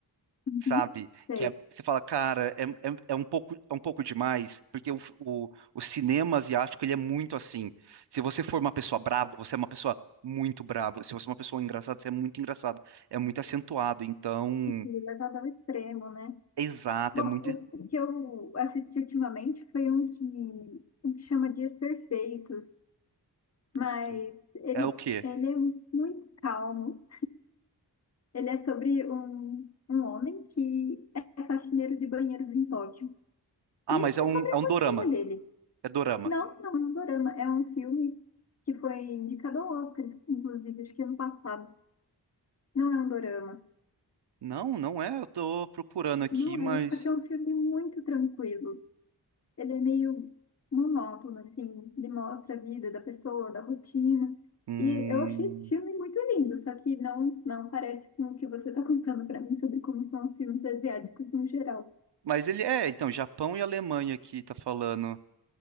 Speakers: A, on the left (about 40°); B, on the right (about 75°).
A: Uhum.
B: sabe?
A: Sei.
B: Que é- você fala, cara, é, é, é um pouco, é um pouco demais, porque o, o, o cinema asiático, ele é muito assim. Se você for uma pessoa brava, você é uma pessoa muito brava. Se você é uma pessoa engraçada, você é muito engraçado. É muito acentuado, então...
A: E Levado ao extremo, né?
B: Exato,
A: Bom,
B: é muito...
A: o, o que eu assisti ultimamente foi um que, um que chama Dias Perfeitos,
B: Perfeito.
A: mas ele,
B: É o quê?
A: ele é muito calmo. Ele é sobre um, um homem que é faxineiro de banheiros em Tóquio.
B: Ah,
A: E ele
B: mas é
A: é
B: um,
A: sobre
B: é
A: a
B: um
A: rotina
B: dorama.
A: dele.
B: É dorama.
A: Não, não é um dorama. É um filme que foi indicado ao Oscar, inclusive, acho que ano passado. Não é um dorama.
B: Não, não é. Eu tô procurando aqui,
A: Não
B: mas...
A: é, só que é um filme muito tranquilo. Ele é meio monótono, assim. Ele mostra a vida da pessoa, da rotina.
B: Hum...
A: E eu achei esse filme muito lindo, só que não, não parece com o que você está contando para mim sobre como são os filmes asiáticos no geral.
B: Mas ele é, então, Japão e Alemanha aqui, tá falando.